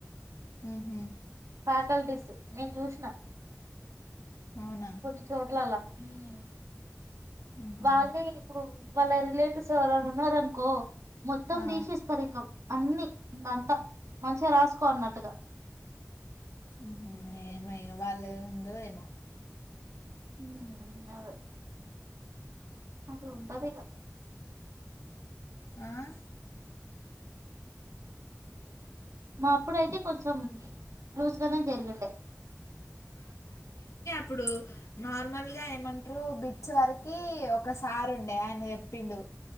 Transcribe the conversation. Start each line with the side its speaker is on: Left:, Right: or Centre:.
Left: ఉ హ
Right: ఫ్యాకల్టీస్ నేను చూసిన
Left: అవునా
Right: కొన్ని చోట్లలా మ్మ్
Left: ఉహు
Right: వాళ్ళే ఇప్పుడు వాళ్ళ రిలేటివ్స్ ఎవరన్నార అనుకో మొత్తం
Left: ఆ
Right: ది సి ఇస్తారు ఇక అన్ని ఇంకంతా మంచిగా రాసుకో అన్నట్టుగా
Left: ఉహు ఏమో ఇగ వాళ్ళు ఉండదేమో
Right: ఉ అదే అట్లా ఉంటది ఇగ
Left: ఆ
Right: మా అప్పుడుతే కొంచెం లూజ్గానే జరిగండే
Left: ఇప్పుడు నార్మల్గా ఏమంటారు బిచ్ వరకి ఒక సారి ఉండే ఆయన చెప్పిండు